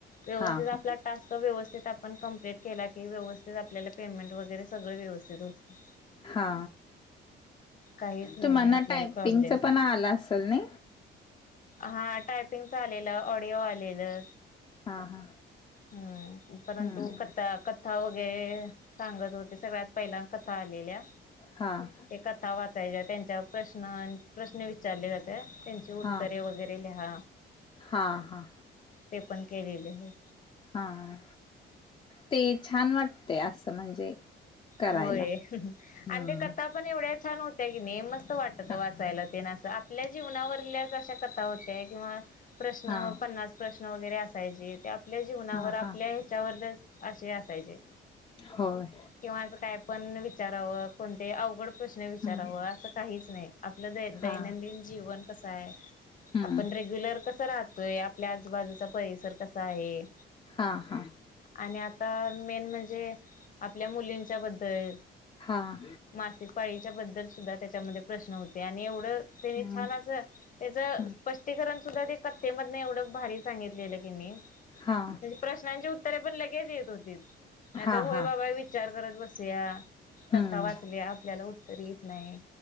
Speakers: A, on the left; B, on the left.
A: व्यवस्थित
B: हा हा
A: आपला टास्क व्यवस्थित आपण कंप्लीट केला की व्यवस्थित आपल्याला पेमेंट वगैरे सगळे व्यवस्थित होते.
B: हा,
A: काहीच हे
B: तुम्हाना
A: नाही आपल्याला
B: टायपिंगच
A: प्रॉब्लेम
B: पण आलं असेल ना.
A: हा टायपिंगच आलेला ऑडिओ आलेलं.
B: हा हा
A: हा परंतु
B: हम्म
A: क कथा वगैरे सांगत होते सगळ्यात पहिला कथा आलेल्या.
B: हां.
A: ते कथा वाचायच्या त्यांच्यावर प्रश्न प्रश्न विचारले जाते त्यांची
B: हा
A: उत्तरे वगैरे लिहा
B: हा हा
A: ते पण केलेले आहे.
B: हा हा ते छान वाटते असं म्हणजे. करायला
A: होय
B: हम्म
A: आणि त्या कथा पण एवढ्या छान होत्या की नाही म स्त वाटत
B: हा
A: वाचायला तेन असं आपल्या जीवनावरल्याच अशा कथा होत्या किंवा प्रश्न
B: हा
A: पन्नास प्रश्न वगैरे असायचे ते आपल्या जीवनावर
B: हा हा
A: आपल्या हे ह्याच्या बद्दल असे असायचे.
B: होय.
A: किंवा असं काय पण विचारावं कोणते अवघड प्रश्न विचाराव
B: हम्म
A: असं काहीच नाही आपलं दैनंदिन
B: हा
A: जीवन कसं आहे.
B: हम्म
A: आपण रेग्युलर कस राहतोय. आपल्या आजूबाजूचा परिसर कसा आहे.
B: हां हां.
A: आणि आता मेन म्हणजे आपल्या मुलींच्या बद्दल.
B: हां.
A: मासिक पाळीच्या बद्दल सुद्धा त्याच्यामध्ये प्रश्न होते आणि एवढं त्यांनी
B: हम्म
A: छान असं त्याच स्पष्टी
B: हम्म
A: स्पष्टीकरण सुद्धा ते कथे मधन एवढं भारी सांगितलेलं की नी
B: हा.
A: प्रश्नांची उत्तरे पण लगेच येत होती नाहीतर
B: हा
A: होय
B: हा
A: बाबा विचार करत बसूया कथा
B: हम्म
A: वाचल्या आपल्याला उत्तर येत नाही